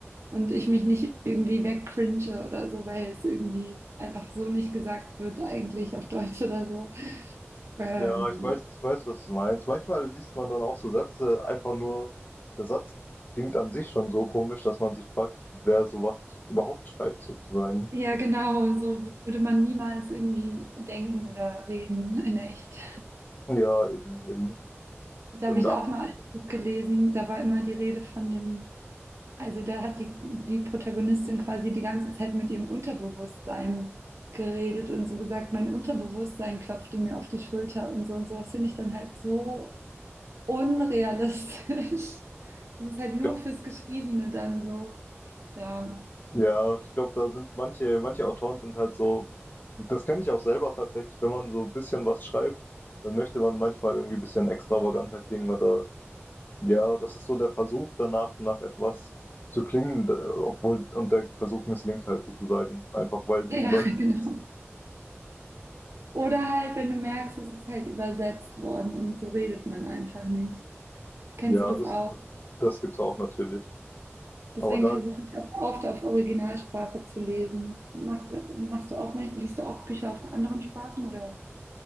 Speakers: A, on the right (about 70°); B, on the left (about 40°).
A: und ich mich nicht irgendwie wegcringe oder so, weil es irgendwie einfach so nicht gesagt wird, eigentlich auf Deutsch oder so. Ähm,
B: Ja, ich weiß ich weiß, was du meinst. Manchmal liest man dann auch so Sätze einfach nur der Satz klingt an sich schon so komisch, dass man sich fragt, wer sowas überhaupt schreibt sozusagen.
A: ja, genau, so würde man niemals irgendwie denken oder reden in echt.
B: Ja, eben, eben.
A: Da
B: Und
A: habe ich
B: da
A: auch mal ein Buch gelesen, da war immer die Rede von dem, also da hat die, die Protagonistin quasi die ganze Zeit mit ihrem Unterbewusstsein geredet und so gesagt, mein Unterbewusstsein klopfte mir auf die Schulter und so und so. sowas finde ich dann halt so unrealistisch. <laughs> Das ist halt
B: ich
A: nur
B: glaube
A: fürs Geschriebene dann so, ja.
B: ja, ich glaube, da sind manche manche Autoren sind halt so das kenne ich auch selber tatsächlich, wenn man so 'n bisschen was schreibt, dann möchte man manchmal irgendwie ein bisschen extravaganter klingen oder Ja, das ist so der Versuch danach, nach etwas zu klingen, d- obwohl, und der Versuch misslingt halt sozusagen. Einfach weil die
A: Ja,
B: Leute,
A: <laughs> genau.
B: die es-
A: Oder halt, wenn du merkst, es ist halt übersetzt worden und so redet man einfach nicht. Kennst
B: ja,
A: du das
B: das,
A: auch?
B: das gibt's auch natürlich.
A: Deswegen
B: Aber da,
A: versuche ich auch oft auf Originalsprache zu lesen. Machst, machst du auch, mal- liest du auch Bücher auf anderen Sprachen oder?